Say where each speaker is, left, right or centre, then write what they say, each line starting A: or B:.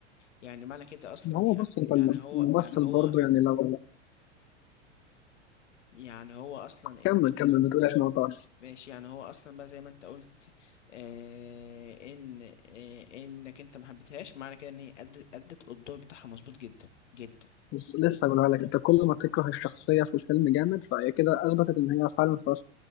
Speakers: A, on the left (about 80°); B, on the left (about 35°).
A: يعني معنى كده أصلا
B: ما هو
A: يعني
B: بص انت
A: يعني هو
B: الممثل
A: يعني هو
B: برضه يعني لو
A: يعني هو أصلا
B: كمل
A: إنك
B: كمل ما تقولهاش ما قطعش
A: ماشي يعني هو اصلا بقى زي ما انت قلت آه ان آه انك انت ما حبيتهاش معنى كده ان هي أد- ادت الدور بتاعها مظبوط جدا جدا
B: بس لسه بقولها لك انت كل ما تكره الشخصيه في الفيلم جامد فهي كده اثبتت ان هي فعلا خلاص